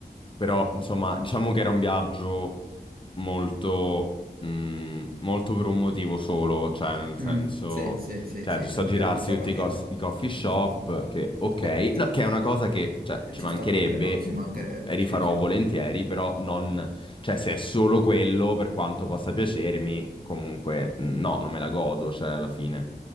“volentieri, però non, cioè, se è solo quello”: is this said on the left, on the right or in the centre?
Left